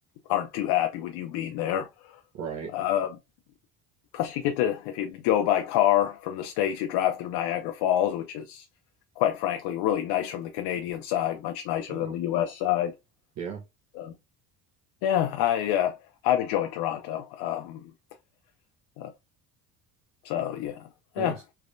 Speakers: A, on the left; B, on the right.
A: aren't too happy with you being there.
B: right.
A: Uh, plus, you get to, if you go by car from the States, you drive through Niagara Falls, which is quite frankly really nice from the Canadian side, much nicer
B: Oh,
A: than the U.S. side.
B: yeah.
A: So, yeah, I, uh, I've enjoyed Toronto. Um, uh, so, yeah,
B: Nice.
A: yeah,